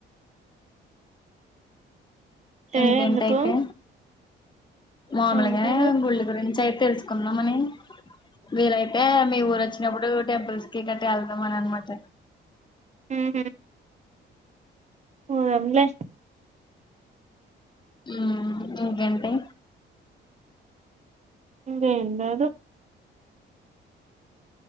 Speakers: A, on the right; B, on the left.
A: అంటే
B: ఇంకేంటయితే
A: ఎందుకు
B: మామలుగానే
A: ఉహు
B: గుళ్ళ గురించి అయితే తెలుసుకుందాంమని వీరైతే మీ ఊరు వచ్చినప్పుడు టెంపుల్స్ కి గట్టటి వెళ్దాం అని అనమాట
A: హ పోదాం లే
B: ఉ మీకంటే
A: అేంట అద